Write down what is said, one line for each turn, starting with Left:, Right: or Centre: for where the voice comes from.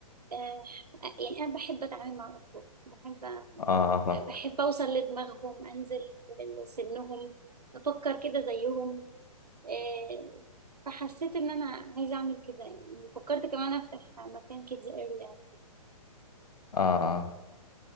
Right: آه، يعني انا بحب اتعامل مع الاطفال بحب
Left: اه آه، فاهمك
Right: أ- بحب اوصل لدماغهم انزل لسنهم افكر كده زيهم آه، فحسيت ان انا عايزة اعمل كده يعني فكرت كمان افتح مكان كيدز اريا
Left: اه اه